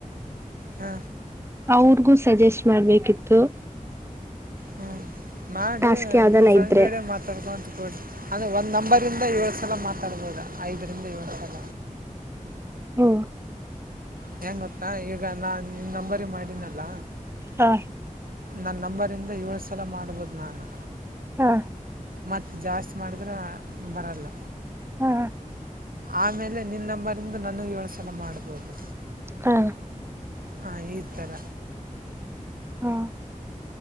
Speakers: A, on the right (about 90°); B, on the right (about 20°).
A: ಹಾ
B: ಅವ್ರಿಗೂ ಸಜೆಸ್ಟ್ ಮಾಡ್ಬೇಕಿತ್ತು
A: ಹ್ಮ ಮಾಡು
B: ಟಾಸ್ಕ್ ಯಾವ್ದನ
A: ನಿಮ್ಮ್ ಫ್ರೆಂಡ್
B: ಇದ್ರೆ
A: ಜೋಡೆ ಮಾತಾಡ್ಕಂತ ಅ ಒಂದ್ ನಂಬರಿಂದ ಏಳು ಸಲ ಮಾತಾಡ್ಬೋದ ಐದರಿಂದ ಏಳು ಸಲ
B: ಹಓ
A: ಹೆಂಗ ಗೊತ್ತಾ ಈಗ ನಾ ನಿನ್ ನಂಬರಿ ಮಾಡಿನಲ್ಲ
B: ಹಾ
A: ನನ್ ನಂಬರಿಂದ ಏಳ ಸಲ ಮಾಡ ಮಾಡಬದ ನು
B: ಹಾ
A: ಮತ್ತ ಜಾಸ್ತಿ ಮಾಡಿದ್ರ ಬರಲ್ಲ
B: ಹಾ
A: ಆಮೇಲೆ ನಿನ್ನಂಬರಿಂದ ನನಗ ಇಏಳು ಸಲ ಮಾಡ್ಬೋುದು
B: ಹಾ
A: ಹಾ ಈ ತರ
B: ಹಾ